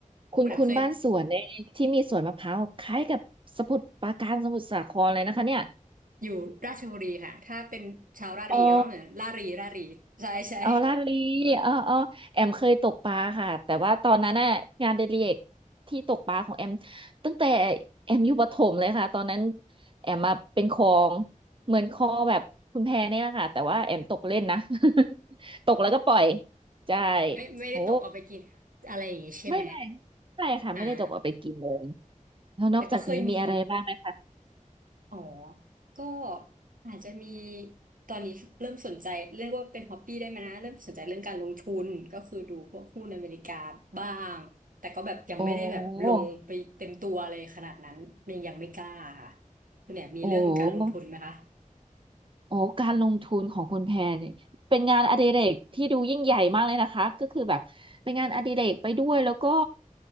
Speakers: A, on the right; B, on the right.
A: คุณคุณบ้านสวนในยที่มีสวนมะพร้าวคล้ายกับสมุทรปราการสมุทรสาครเลยนะคะเนี่ย
B: คุณแอมเคยอยู่ราชบุรีค่ะถ้าเป็นชาวรารีก็ต้องเหมือนรารีรารีใช่ใช่
A: อ๋อ เอาลาดลีเออเออแอมเคยตกปลาค่ะแต่ว่าตอนนั้นน่ะงานเดลิเอกที่ตกปลาของแอมตั้งแต่แอมอยู่ประถมเลยค่ะตอนนั้นแอมมาเป็นคลองเหมือนคลองแบบคุณแพเนี่ยแหละค่ะแต่ว่าแอมตกเล่นนะ <laughs> ตกแล้วก็ปล่อยใช่
B: ไม่ไม่ได้ตกเอาไปกินอะไรอย่างงี้ใช่ไหม
A: โอ้ไม่ไม่ไม่ค่ะไม่ได้ตกเอาไปกินเลย
B: อ่า
A: แล้วนอกจากนี้มีอะไรบ้างไหมคะ
B: แต่ก็เคยมี อ๋อ ก็อาจจะมีตอนนี้เริ่มสนใจเรียกว่าเป็นฮอ b ปี้ได้ไหมนะเริ่มสนใจเรื่องการลงทุนก็คือดูพวกหุ้นอเมริกาบ้างแต่ก็แบบยังไม่ได้แบบลงไปเต็มตัวเลยขนาดนั้นยังยังไม่กล้าค่ะ
A: โอ้โห
B: คุณเนี่ยมีเรื่องการลงทุนไหมคะ
A: โอ้โห โอ้การลงทุนของคุณแพรเนี่ยเป็นงานอดิเรกที่ดูยิ่งใหญ่มากเลยนะคะก็คือแบบเป็นงานอดิเรกไปด้วยแล้วก็